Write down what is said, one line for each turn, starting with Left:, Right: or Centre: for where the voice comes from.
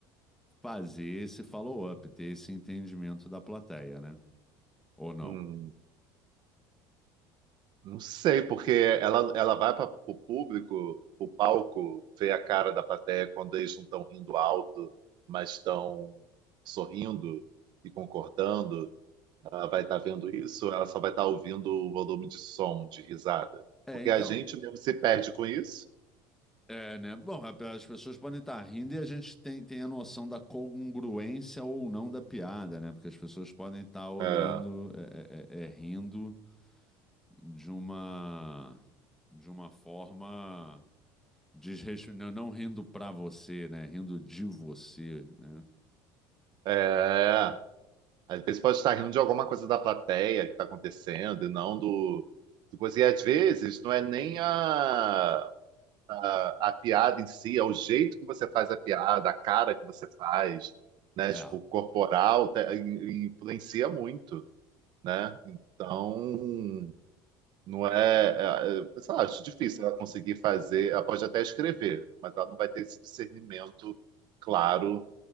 Centre: fazer esse follow-up, ter esse entendimento da plateia, né? Ou não?
Right: uhum. Não sei, porque ela, ela vai para o público, o palco, ver a cara da plateia quando eles não estão rindo alto, mas estão sorrindo e concordando. ela vai estar vendo isso, ela só vai estar ouvindo o volume de som, de risada.
Centre: É,
Right: Porque
Centre: então.
Right: a gente mesmo se perde com isso.
Centre: É, né? Bom, a- as pessoas podem estar rindo e a gente tem, tem a noção da congruência ou não da piada, né? Porque as pessoas podem estar olhando,
Right: É,
Centre: é, é, é, é, rindo de uma, de uma forma desrespeitosa, não, não rindo pra você, né? Rindo de você, né?
Right: é, às vezes pode estar rindo de alguma coisa da plateia que está acontecendo e não do, do coisa. E às vezes não é nem a, a, a piada em si, é o jeito que você faz a piada, a cara que você faz, né?
Centre: É.
Right: Tipo, corporal, te- influencia muito, né? Então, Não é, é, é, sei lá, acho difícil ela conseguir fazer. Ela pode até escrever, mas ela não vai ter esse discernimento claro.